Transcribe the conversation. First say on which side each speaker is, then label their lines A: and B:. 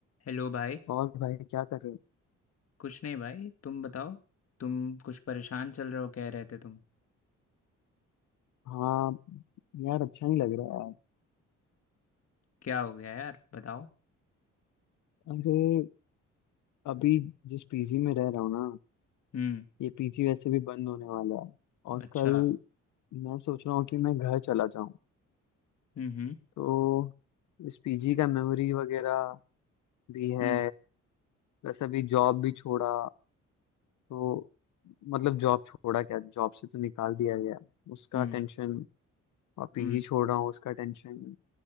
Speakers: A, on the left; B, on the left.
A: हेलो भाई
B: और भाई क्या कर रहे
A: कुछ नहीं भाई तुम बताओ तुम कुछ परेशान चल रहे हो कह रहे थे तुम
B: हो हाँ यार अच्छा नहीं लग रहा है यार
A: क्या हो गया यार बताओ
B: अरे अभी जिस पीजी में रह रहा हूँ ना
A: हम्म
B: ये पीजी वैसे भी बंद होने वाला है और
A: अच्छा
B: कल मैं सोच रहा हूँ कि मैं घर चला जाऊँ
A: हम्म
B: तो इस पीजी का मेमोरी वगैरह भी
A: हम्म
B: है जैसे अभी जॉब भी छोड़ा तो मतलब जॉब छोड़ा क्या जॉब से तो निकाल दिया गया उसका
A: हम्म
B: टेंशन और पीजी
A: हम्म
B: छोड़ रहा हूँ उसका टेंशन